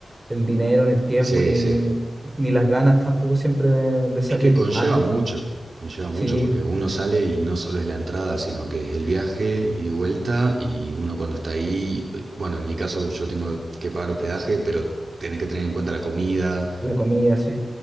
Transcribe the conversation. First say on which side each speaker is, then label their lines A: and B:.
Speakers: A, on the right (about 20°); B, on the right (about 60°).
A: el dinero en el tiempo
B: Sí,
A: ni,
B: sí.
A: ni las ganas tampoco siempre de, de salir.
B: Es que conlleva
A: Antes
B: mucho, conlleva mucho
A: sí,
B: porque uno sale y no solo es la entrada, sino que es el viaje y vuelta y uno cuando está ahí, eh, bueno, en mi caso yo tengo que pagar hospedaje, pero tenés que tener en cuenta la comida,
A: la comida, sí,